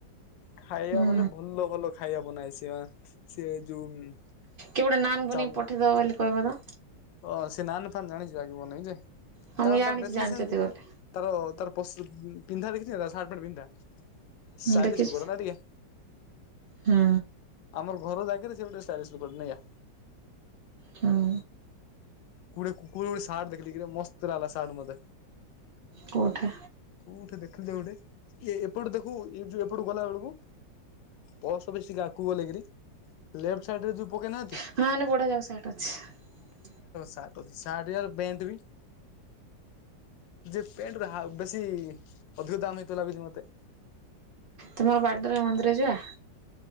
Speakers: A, on the left; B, on the right.
A: ଖାଇବା
B: ହୁଁ
A: ମାନେ ଭଲ ଭଲ ଖାଇବା ବନାଏ ସେ ସେ ଅଁ ଯୋଉ।
B: କି ଗୋଟେ ନାନ ବନେଇ
A: ଚାଉମିନ
B: ପଠେଇଦବ ବୋଲି କହିବ ନା।
A: ହଁ ସେ ନାନ ଫାନ ଜାଣିଛିଗିବନଇ ଯେ
B: ହଁ
A: ତାଳ
B: ମୁଁ ଜାଣିଛି
A: ତାର ଡ୍ରେସିଙ୍ଗ
B: ଜାଣିଛନ୍ତି
A: ସ୍ନେସ୍
B: ବୋଲି।
A: ତାର ତାର <unintelligible> ପିନ୍ଧା ଦେଖିଛୁ ନା ତା ସାଟ୍ ପେଣ୍ଟ ପିନ୍ଧା।
B: ମୁଁ
A: ସାଲିସ
B: ଦେଖିଛି
A: କୁକୁଡା ନା ଟିକେ।
B: ହୁଁ
A: ଆମର ଘର ଯାକିରେ ସେ ଗୋଟେ ଷ୍ଟାଇଲିସ ଲୋକ ନେ ଆ।
B: ହୁଁ
A: କୁଡେ <unintelligible> କେ ସାଡ଼ ଦେଖିଲ କି ମସ୍ତ <unintelligible> ସାଡ଼ ମତେ
B: କୋଉଠା
A: କୋଉଠି ଦେଖିଲ ଗୋଟେ ଇଏ ଏପଟୁ ଦେଖୁ ଏଇ ଯୋଉ ଏପଟୁ ଗଲା ବେଳକୁ। ପସ ବେସି ଗାକୁ ଗଲେକରି ଲେଫ୍ଟ ସାଇଡ ରେ ଯୋଉ ପକେଇ ନାହାନ୍ତି।
B: <unintelligible>
A: <unintelligible> ସାର୍ଟ <unintelligible> ପ୍ୟାଣ୍ଟ ବି। ଯେ ପ୍ୟାଣ୍ଟରେ ହାଉ ବେଶୀ ଅଧିକ ଦମ୍ ହେଇଥିଲା ବିଛି ମତେ।
B: ତୁମର ବାଡେ ରେ ମନ୍ଦିର ଯିବା।